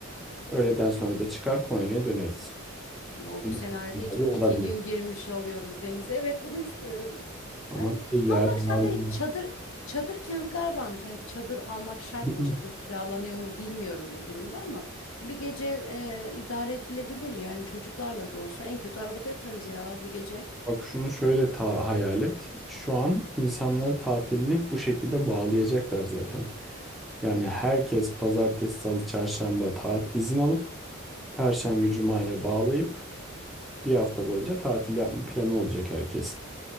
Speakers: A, in the centre; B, on the left (about 70°).
A: Öğleden sonra da çıkar Konya'ya döneriz.
B: O
A: Öyle
B: bu senaryoda
A: ihtimalleri
B: iki, iki
A: olabilir.
B: gün girmiş oluyoruz denize. Evet bunu istiyorum.
A: Ama
B: Yani
A: işte yer
B: kalmak şart
A: var
B: değil.
A: mı?
B: Çadır, çadır kentler varmış. Yani çadır almak şart
A: <clears throat> Hı-hı.
B: mı? Çadır kiralanıyor mu bilmiyorum bu durumda ama bir gece e, idare edilebilir. Yani çocuklarla da olsa en kötü arabada yatarız ya bir gece.
A: Bak şunu şöyle ta hayal et. Şu an insanları tatilini bu şekilde bağlayacaklar zaten. Yani herkes pazartesi, salı, çarşamba tatil izin alıp perşembe, cumaya bağlayıp bir hafta boyunca tatil yapma planı olacak herkesin.